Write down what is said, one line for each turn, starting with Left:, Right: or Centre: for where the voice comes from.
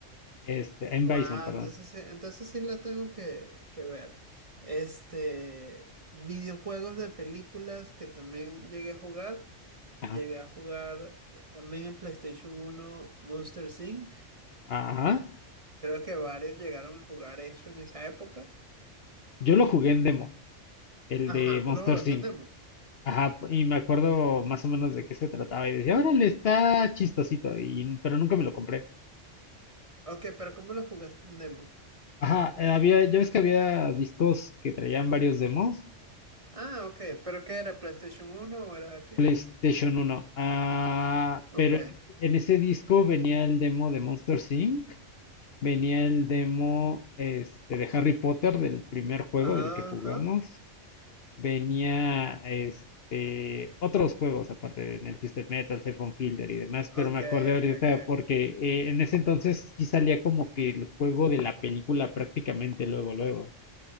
Left: Este, en
Right: Wow,
Left: Bison, perdón.
Right: entonces, sí- entonces sí la tengo que, que ver. Este, videojuegos de películas que también llegué a jugar.
Left: Ajá.
Right: Llegué a jugar eh, también en PlayStation uno Monster Inc.
Left: Ajá.
Right: Creo que varios llegaron a jugar eso en esa época.
Left: Yo lo jugué en demo, el
Right: Ajá,
Left: de Monster
Right: ¿tú lo jugaste
Left: Inc.
Right: en demo?
Left: Ajá, y me acuerdo más o menos de qué se trataba y decía, órale, está chistosito, y, pero nunca me lo compré.
Right: Ok, pero ¿cómo lo jugaste en demo?
Left: Ajá, eh, había, ya ves que había discos que traían varios demos,
Right: Ah, ok, pero ¿qué era? ¿PlayStation uno o era qué?
Left: Station Uno. Ah,
Right: Ok.
Left: pe- en ese disco venía el demo de Monster Inc., venía el demo este, de Harry Potter del primer juego
Right: Ajá.
Left: del que jugamos, venía este, otros juegos aparte en el Twisted Metal, Sephon Fielder y demás, pero
Right: Ok,
Left: me acordé ahorita
Right: ok, ok.
Left: porque eh, en ese entonces sí salía como que el juego de la película prácticamente luego, luego,